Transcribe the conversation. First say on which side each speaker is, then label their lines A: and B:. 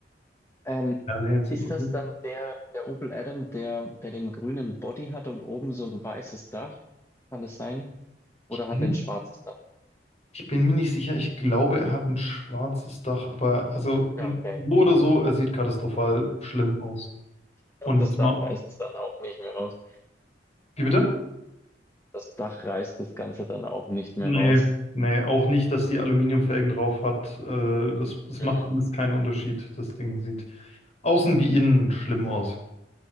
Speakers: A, on the left; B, on the left.
A: Ähm,
B: Ja, nee, super
A: ist
B: gut.
A: das dann der, der Opel Adam, der, der den grünen Body hat und oben so ein weißes Dach? Kann es sein? Oder hat
B: Mhm.
A: er ein schwarzes Dach gehabt?
B: Ich bin mir nicht sicher. Ich glaube, er hat ein schwarzes Dach, aber also n-
A: Ja, okay.
B: so oder so, er sieht katastrophal schlimm aus.
A: Ich glaube,
B: Und
A: das Dach
B: ma-
A: reißt es dann auch nicht mehr raus.
B: wie bitte?
A: Das Dach reißt das Ganze dann auch nicht
B: Nee,
A: mehr raus.
B: nee, auch nicht, dass die Aluminiumfelgen drauf hat. Äh, das, das
A: Mhm.
B: macht alles keinen Unterschied. Das Ding sieht außen wie innen schlimm aus.